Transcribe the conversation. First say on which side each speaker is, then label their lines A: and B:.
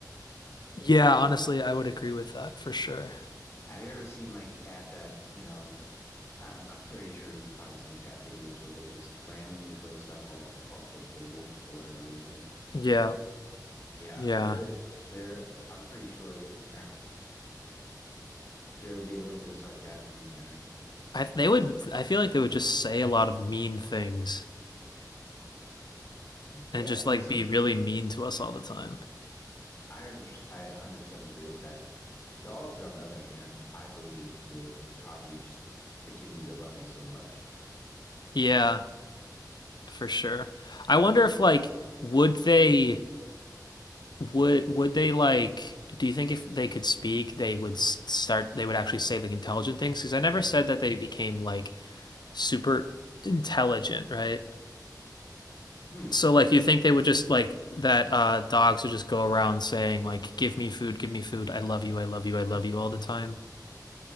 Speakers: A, on the left (about 75°); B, on the left (about 40°).
A: Yeah, honestly,
B: Uh,
A: I would agree with that for sure.
B: have you ever seen like a cat that, you know, I'm I'm pretty sure you've probably seen cat videos where they just randomly throw stuff off off the table for whatever reason.
A: Yeah,
B: Yeah,
A: yeah.
B: there there I'm pretty sure that <laughs> there would be a little bit of sarcasm in there.
A: I they would I feel like they would just say a lot of mean things.
B: But
A: and
B: yeah,
A: just
B: I mean,
A: like
B: some
A: be really mean to us all the time.
B: I under I 100% agree with that. Dogs, on the other hand, I believe would probably just continue to love you so much.
A: Yeah, for sure. I wonder if like would they would would they like do you think if they could speak they would s- start they would actually say like intelligent things? Because I never said that they became like super intelligent, right?
B: Hmm.
A: So like
B: That's,
A: you think they would just like that uh dogs would just go around saying like give me food, give me food, I love you, I love you, I love you all the time?